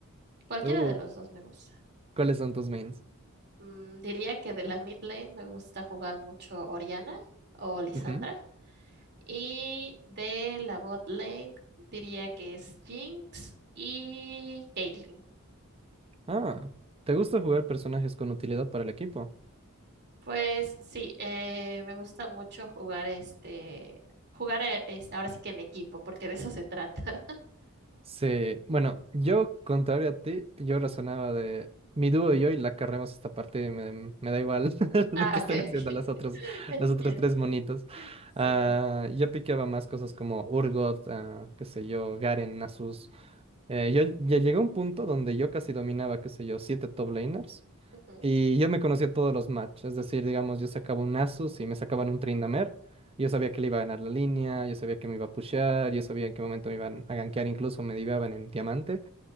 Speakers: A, on the right; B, on the right.
A: Cualquiera
B: Uh,
A: de los dos me gusta.
B: ¿cuáles son tus mains?
A: Mm, diría que de la mid lane me gusta jugar mucho Oriana o Lisandra.
B: Ujú.
A: Y de la bot lane diría que es Jinx y Caitlyn.
B: Ah, ¿te gusta jugar personajes con utilidad para el equipo?
A: Pues sí, eh, me gusta mucho jugar este, jugar eh, este, ahora sí que en equipo, porque de eso se trata.
B: Sí, bueno, yo contrario a ti, yo razonaba de mi dúo y yo y la carremos esta parte, y me, me da igual <laughs>
A: Ah,
B: lo que
A: ok,
B: estén haciendo
A: ok. <laughs>
B: las otras,
A: Entiendo.
B: los otros tres monitos.
A: Sí.
B: Ah, yo piqueaba más cosas como Urgot, ah, qué sé yo, Garen, Nasus. Eh, yo ya llegué a un punto donde yo casi dominaba, qué sé yo, siete top laners.
A: Ujú.
B: Y yo me conocía todos los match, es decir, digamos, yo sacaba un Asus y me sacaban un Tryndamere, y yo sabía que le iba a ganar la línea, yo sabía que me iba a pushear, yo sabía en qué momento me iban a gankear, incluso me diveaban en diamante,